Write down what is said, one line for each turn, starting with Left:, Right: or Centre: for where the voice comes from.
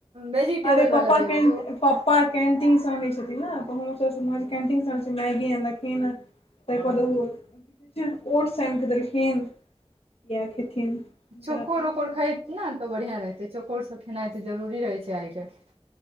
Right: वेजिटेबल
Left: अरे पप्पा
Right: वाला भी
Left: कैन
Right: अबे छै। ओ।
Left: पप्पा कैंटीन से आनै छथिन। ने हमरो सभ समान कैंटीन से अनले छथिन मैगी आनलखीन। तइ पर ओ ओटस आनि क देलखिन य खेथिन। जरा
Right: चौकोर
Left: अपन
Right: ओकर
Left: पसन्द
Right: खा। नहि तऽ बढ़िआ। रहतै चोकोर सभ खेनाइ तऽ जरूरी रहै छै। आइ कालहि